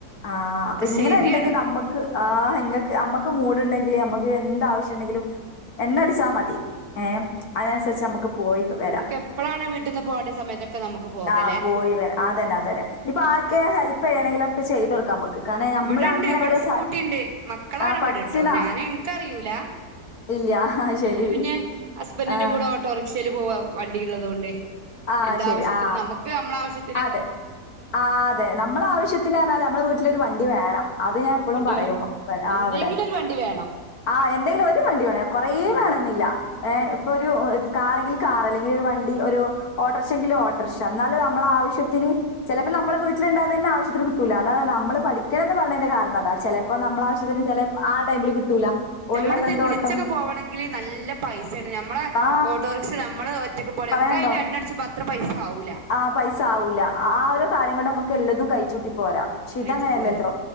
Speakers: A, on the left (about 65°); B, on the right (about 65°).
A: ആഹ് അപ്പൊ ഇങ്ങനെ
B: ശരിയാണത്
A: ഉണ്ടെങ്കിൽ നമുക്ക് ആഹ് നമ്മുക്ക് മൂഡണ്ടെങ്കില്ൽ നമ്മുക്ക് എന്ത്‌ ആവശ്യംണ്ടെങ്കിലും എണ്ണ അടിച്ചാൽ മതി ഏഹ് അതിനനുസരിച്ച് നമുക്ക്- പോയിട്ട് വരാം
B: നമുക്ക് എപ്പളാണ് വീട്ടിൽന്ന് പോകേണ്ട സമയത്തൊക്കെ നമുക്ക് പോകലേ
A: ആഹ് പോയി വരാം ആഹ് അത് തന്നെ അ ഹെൽപ്പ് ചെയ്യണങ്കിലൊക്കെ ചെയ്ത് കൊടുക്കാം നമുക്ക് കാരണം നമ്മൾ
B: ഇവിടെണ്ട്
A: അങ്ങനെ
B: ഇവിടെ
A: ഓരോ
B: സ്കൂട്ടിഉണ്ട്
A: സാ
B: മക്കളാണ്
A: ആ
B: ഇവിടെട്ടോ
A: പഠിച്ചിണോ
B: ഞാൻ എനക്ക് അറിയൂല
A: ഇല്ല ആ ശരി
B: ഞാന് പിന്നെ ഹസ്ബൻന്റെ
A: ആ
B: കൂടെ ഓട്ടോറിക്ഷൽ പോവാ വണ്ടി ഉള്ളതൊണ്ട്
A: ആ
B: എന്താവശ്യത്തിനനും
A: ശരി ആ
B: നമുക്ക് നമ്മുടെ ആവശ്യ
A: അതെ ആഹ് അതെ നമ്മള ആവശ്യത്തിന് നമ്മെ വീട്ടിലോരു വണ്ടി വേണം അത് ഞാൻ എപ്പോഴും
B: വണ്ടി
A: പറയും
B: വേണം
A: ആഹ്
B: എന്തെങ്കിലും
A: അവിടെ
B: ഒരു വണ്ടി വേണം
A: ആഹ എന്തെങ്കിലും ഒരു വണ്ടി വേണം കൊറെ
B: ആ
A: വേണെന്നില്ല ഏഹ ഇപ്പൊ ഒരു കാറെ എങ്കിലും കാർ അല്ലെങ്കിൽ ഒരു വണ്ടി ഒരു ഓട്ടോറിക്ഷ എങ്കിലും ഓട്ടോറിക്ഷ എന്നാലും നമ്മള ആവശ്യത്തിന് ചിലപ്പോ നമ്മ വീട്ടിലുണ്ടാതെന്നെ ആവശ്യത്തിന് കിട്ടൂല അത നമ്മ പഠിക്കണംന്ന് പറഞ്ഞതി് കാരണം അതാണ് ചിലപ്പോ നമ്മള ആവശ്യത്തിന് ചില ആ ടൈമില്- കിട്ടൂല ഓല്
B: നമ്മള
A: വേറെന്തോ
B: വിളിച്ചൊക്കെ
A: ഓട്ടം
B: പോകണെങ്കിൽ നല്ല പൈസയാണ് നമ്മളെ
A: ആ
B: ഓട്ടോറിക്ഷ നമ്മള്- ഒറ്റക്ക് പോണേ
A: പറയാണ്ടോ
B: നമുക്ക് അതിൽ എണ്ണ അടിച്ചുമ്പോ അത്ര പൈസ ആവൂല
A: ആ പൈസ ആവൂല ആരോ കാര്യം കൊണ്ട് നമുക്ക്- എല്ലതും കഴിച്ചുട്ടി പോരാ പക്ഷെ
B: കഴിച്ചു
A: ഇത അങ്ങനെയല്ലല്ലോ
B: പോരെ